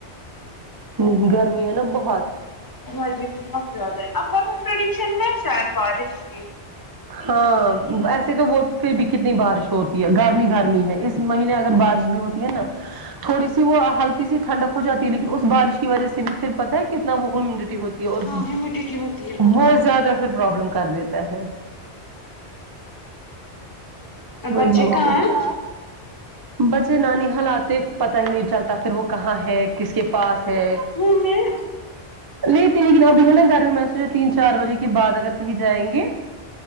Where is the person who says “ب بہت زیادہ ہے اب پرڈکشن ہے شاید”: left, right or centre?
Left